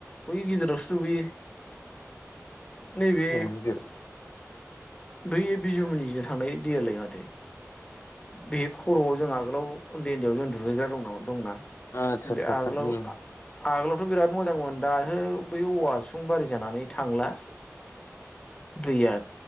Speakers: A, on the left; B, on the left.
A: बै गोजानावसो दुगैयो
B: <unintelligible>
A: नैबे बैयो बिजुमोननिजो थानाय दैयालाय माथो बे खर'आव जों आगोलाव उन्दै उन्दैयाव जों दुगैग्रा दं नामा दंना
B: आतसा आतसा आतसा
A: आगोलाव
B: ओ
A: आगोलावथ बिराद मोजांमोन दासो बै औवा सिफुं बारि जानानै थांला दैया